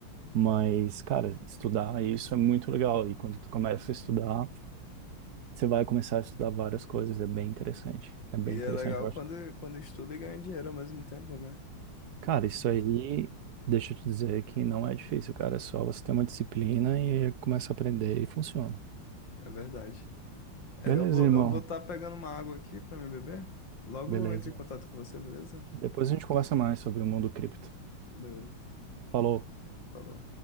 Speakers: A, on the right (about 60°); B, on the left (about 60°).
A: Mas, cara, estudar isso é muito legal. E quando tu começa a estudar, Você vai começar a estudar várias coisas, é bem interessante. É bem
B: E
A: interessante,
B: é legal
A: eu acho.
B: quando, quando estuda e ganha dinheiro ao mesmo tempo, né?
A: Cara, isso aí, deixa eu te dizer que não é difícil, cara. É só você ter uma disciplina e começa a aprender e funciona.
B: É verdade. É,
A: Beleza,
B: eu vou,
A: irmão.
B: eu vou estar pegando uma água aqui para me beber. Logo
A: Beleza.
B: eu entro em contato com você, beleza?
A: Depois a gente conversa mais sobre o mundo cripto.
B: Beleza.
A: Falou.
B: Falou.